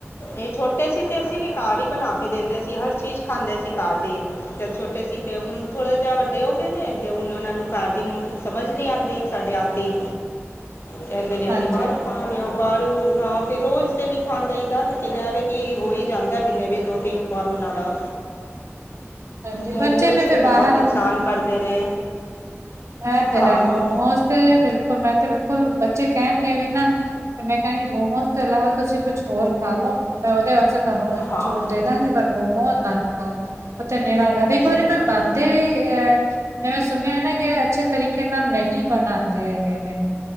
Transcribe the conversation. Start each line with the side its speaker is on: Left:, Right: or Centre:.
Left: ਏਹ ਛੋਟੇ ਸੀ ਤੇ ਅਸੀਂ ਵੀਕਾਰ ਹੀ ਬਣਾ ਕੇ ਦਿੰਦੇ ਸੀ, ਹਰ ਚੀਜ਼ ਖਾਂਦੇ ਸੀ ਘਰ ਦੇ-' ਤੇ ਛੋਟੇ ਸੀ ਤੇ ਹੁਣ ਥੋੜੇ ਜਹੇ ਵੱਡੇ ਹੋ ਗਏ ਨੇ, ਤੇ ਹੁਣ ਉਹਨਾ ਨੂੰ ਘਰ ਦੀ ਸਮਝ ਨਹੀਂ ਆਉਂਦੀ, ਸਾਡੇ ਆਪ ਦੀ ਕਹਿੰਦੇ ਨੇ ਅਸੀਂ
Right: ਹਾਂਜੀ
Left: ਬਾਹਰੋਂ ਖਾਂ ਆਦੇ ਹਾਂ, ਬਾਹਰੋਂ ਹਾਂ ਫਿਰ ਰੋਜ਼ ਤੇ ਨਹੀਂ ਖਾਨ ਦਈ ਦਾ, ਲੇਕਿਨ ਐ ਵੇ ਕੀ ਹੋ ਹੀ ਜਾਂਦਾ ਮਹੀਨੇ ਵਿੱਚ ਦੋ ਤਿੰਨ ਵਾਰ ਉਹਨਾਂ ਦਾ।
Right: ਹਾਂਜੀ
Left: ਮੋਮੋਸ
Right: ਬੱਚੇ ਨੇ ਫਿਰ
Left: ਤੇ
Right: ਬਾਹਰ
Left: ਬਹੁਤ ਨੁਕਸਾਨ ਕਰਦੇ ਨੇ।
Right: ਹੈਂ ਤੇ
Left: ਹਾਂ
Right: ਹੈ, ਮੋਮੋਸ ਤੇ ਬਿਲਕੁਲ ਮੈਂ ਤੇ ਬਿਲਕੁਲ, ਬੱਚੇ ਕਹਿਣਗੇ ਵੀ ਨਾ ਤੇ ਮੈਂ ਕਹਿਣਗੀ ਮੋਮੋਸ ਚਲੋ, ਤੁਸੀਂ ਕੁਛ ਹੋਰ ਖਾਲੋ ਮੈਂ ਓਹਦੇ ਵਾਸਤੇ ਤੁਆਨੂੰ ਅ
Left: ਹਾਂ
Right: ਚੋਲ ਦੇਦਾਂਗੀ ਪਰ ਮੋਮੋ ਨਾ ਖਾਓ। ਨੂੰ ਦੇਣਾ ਹੈਗਾ, ਇੱਕ ਵਾਰੀ
Left: ਸਹੀ
Right: ਮੈਂ
Left: ਗੱਲ
Right: ਬਨਦੇ
Left: ਹੈ
Right: ਵੀ ਐਹ ਜਿਵੇਂ ਸੁਣਿਆ ਨਾ ਕਿ ਇਹ ਅੱਛੇ ਤਰੀਕੇ ਨਾਲ ਨਹੀਂ ਬਣਾਉਂਦੇ ਹੈਗੇ ਨੇ